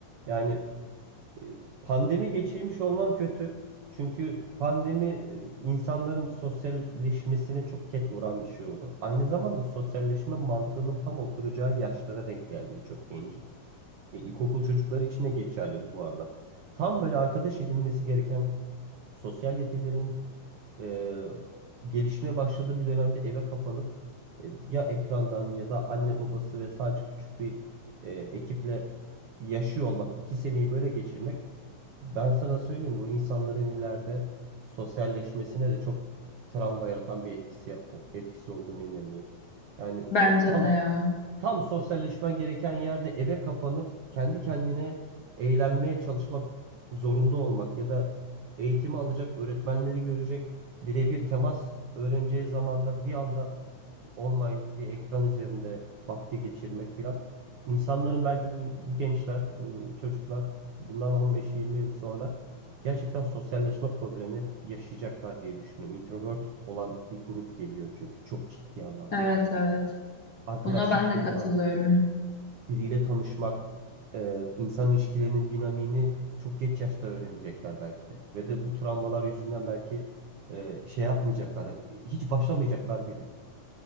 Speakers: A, on the right; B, on the left.
A: Yani e, Pandemi geçirmiş olman kötü. Çünkü pandemi e, insanların sosyalleşmesine çok ket vuran bir şey oldu. Aynı zamanda sosyalleşme mantığının tam oturacağı yaşlara denk geldi birçok gencin. E, İlkokul çocukları için de geçerli bu bu arada. Tam böyle arkadaş edinmesi gereken sosyal yetilerinin e, gelişmeye başladığı bir dönemde eve kapanıp e, ya ekrandan ya da anne babası ve sadece küçük bir e, ekiple yaşıyor olmak, iki seneyi böyle geçirmek ben sana söyleyeyim bu insanların ileride sosyalleşmesine de çok travma yaratan bir etkisi etkisi olduğunu inanıyorum. Yani
B: bence
A: tam
B: de ya.
A: Tam sosyalleşmen gereken yerde eve kapanıp kendi kendine eğlenmeye çalışmak zorunda olmak ya da eğitimi alacak öğretmenleri görecek birebir temas öğreneceği zamanda bir anda online bir ekran üzerinde vakti geçirmek filan. İnsanların belki bu, bu gençler, bu çocuklar bundan 15-20 yıl sonra gerçekten sosyalleşme problemi yaşayacaklar diye düşünüyorum. Introvert olan bir grup geliyor çünkü çok ciddi anlamda.
B: Evet evet.
A: Arkadaşlık
B: Buna ben
A: kurmak,
B: de katılıyorum.
A: biriyle tanışmak, e, insan ilişkilerinin dinamiğini çok geç yaşta öğrenecekler belki de. Ve de bu travmalar yüzünden belki e, şey yapmayacaklar, hiç başlamayacaklar bile.